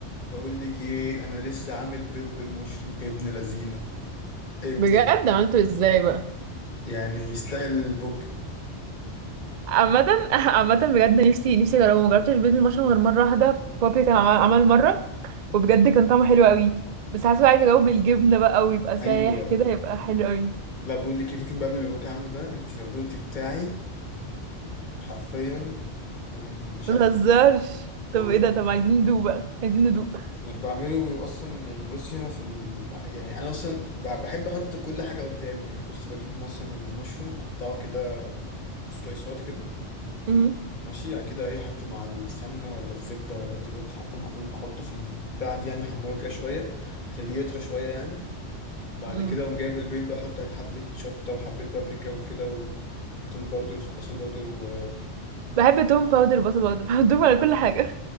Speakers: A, on the left; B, on the right.
A: بقول لك ايه انا لسه عامل بيض بالمشروم ابن لذينه ابن
B: بجد عملته ازاي بقى
A: يعني يستاهل البوج
B: عامة <laughs> عامة بجد نفسي نفسي اجربه مجربتش البيض بالمشروم غير مرة واحدة بابي كان عمل عمل مرة وبجد كان طعمه حلو قوي بس حاسة بقى عايزة اجاوب بالجبنة بقى ويبقى سايح
A: ايوه
B: كده يبقى حلو قوي
A: لا بقول لك ايه فاكر بقى من اللي باباك عامله ده انت لو دقتي بتاعي حرفيا يعني مش
B: متهزرش
A: عايز والله
B: طب ايه ده طب عايزين ندوق بقى عايزين ندوق
A: يعني بعمله اصلا يعني بصي هنا في ال... يعني انا اصلا ب- بحب احط كل حاجه قدامي يعني بص بجيب مثلا المشروم اقطعه كده سلايسات كده
B: مهم.
A: ماشي يعني كده ايه حطه مع السمنه ولا الزبده ولا وات ايفر بتحط مع ايه بحطه في البتاع دي يعني حمره كده شويه خليه يطرى شويه يعني بعد
B: مم.
A: كده اقوم جايب البيض بقى احط عليه حبه شطه وحبه بابريكا وكده وتوم باودر وبصل باودر و
B: بحب توم باودر بصل باودر <laughs> بحطهم على كل حاجة